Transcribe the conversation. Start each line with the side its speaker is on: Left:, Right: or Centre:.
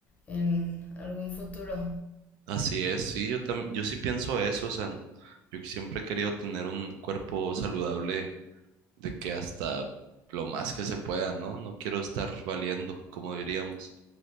Left: en algún futuro.
Right: Así es, sí, yo tam yo sí pienso eso, o sea, yo que siempre he querido tener un cuerpo saludable de que hasta lo más que se pueda, ¿no? No quiero estar valiendo, como diríamos,